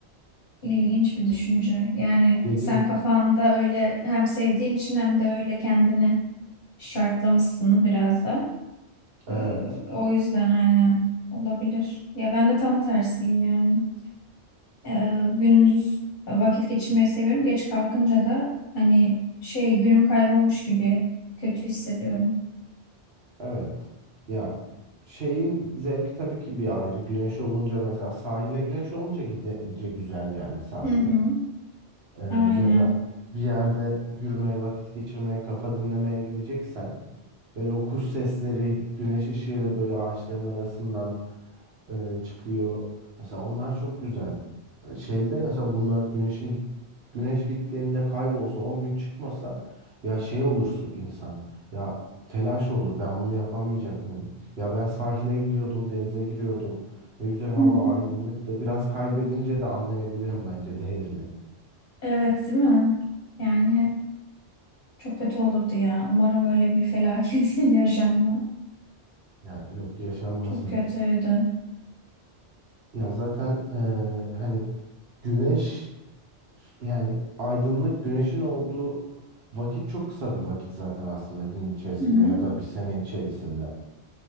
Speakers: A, on the left (about 50°); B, on the right (about 60°).
A: İlginç bir düşünce. Yani
B: Gece
A: sen kafanda öyle hem sevdiğin için hem de öyle kendini şartlamışsın biraz da.
B: evet.
A: Ee, o yüzden aynen olabilir. Ya ben de tam tersiyim yani. Ee, gündüz vakit geçirmeyi seviyorum. Geç kalkınca da hani şey günüm kaybolmuş gibi kötü hissediyorum.
B: Evet. Ya şeyin zevki tabii ki bir ayrı. Güneş olunca mesela sahile güneş olunca gidince güzel yani sahile.
A: Hı hı.
B: Ee,
A: Aynen.
B: ya da bir yerde yürümeye, vakit geçirmeye, kafa dinlemeye gideceksen böyle o kuş sesleri, güneş ışığı böyle ağaçların arasından e, çıkıyor. Mesela onlar çok güzel. Ee, Şeyde mesela bunlar güneşin git güneş gittiğinde kaybolsa, 10 gün çıkmasa ya şey olursun insan. Ya telaş olur. Ben bunu yapamayacak mıyım? Ya ben sahile gidiyordum, denize giriyordum. Ne güzel hava,
A: Hı hı.
B: aydınlıktı. Biraz kaybedince de anlayabilirim bence değerini.
A: Evet, değil mi? Yani çok kötü olurdu ya. Umarım öyle bir felaket <laughs> yaşanmaz.
B: Ya yok yaşanmasın.
A: Çok kötüydü.
B: Ya zaten eee, hani güneş yani aydınlık güneşin olduğu vakit çok kısa bir vakit zaten aslında gün içerisinde
A: Hı hı.
B: ya da bir sene içerisinde.